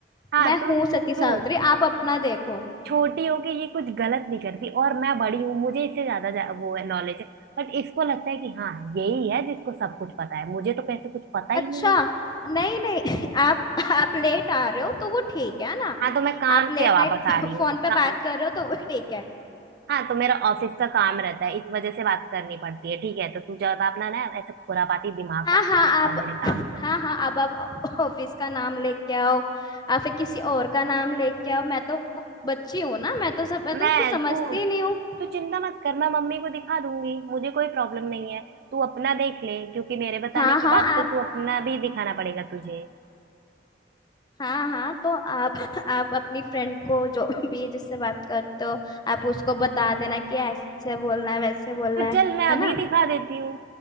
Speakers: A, on the right; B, on the left.
A: हाँ
B: मैं
A: तो
B: हूँ सती सावित्री
A: तू
B: आप अपना देखो
A: छोटी हो के ये कुछ गलत नहीं करती और मैं बड़ी हूँ मुझे इससे ज्यादा जा- वो है नॉलेज है बट इसको लगता है कि हाँ यही है जिसको सब कुछ पता है मुझे तो कैसे कुछ पता ही
B: अच्छा
A: नहीं है
B: नहीं नहीं <laughs> आप आप लेट आ रहे हो तो वो ठीक है ना
A: हाँ तो मैं काम
B: आप लेट
A: से वापस
B: नाइट
A: आ
B: <laughs>
A: रही हूँ
B: फोन पे
A: का-
B: बात कर रहे हो तो वो ठीक है
A: हाँ तो मेरा ऑफिस का काम रहता है इस वजह से बात करनी पड़ती है ठीक है तो तू ज्यादा अपना ना ऐसे खुरापाती दिमाग
B: हाँ
A: मत लगाया
B: हाँ आप
A: कर मेरे काम पे
B: हाँ हाँ अब आप ऑफिस का नाम लेके आओ या फिर किसी और का नाम लेके आओ मैं तो बच्ची हूँ ना मैं तो सब मैं तो
A: मैं
B: कुछ समझती
A: तू
B: ही नहीं हूँ
A: तू चिंता मत कर मैं मम्मी को दिखा दूंगी मुझे कोई प्रॉब्लम नहीं है तू अपना देख ले क्योंकि मेरे बताने
B: हाँ हाँ
A: के बाद तो
B: आप
A: तू अपना भी दिखाना पड़ेगा तुझे
B: हाँ हाँ तो आप आप अपनी फ्रेंड को जो भी है जिससे बात करते हो आप उसको बता देना कि ऐसे बोलना है वैसे बोलना
A: तो
B: है
A: चल मैं
B: है
A: अभी
B: ना
A: दिखा देती हूँ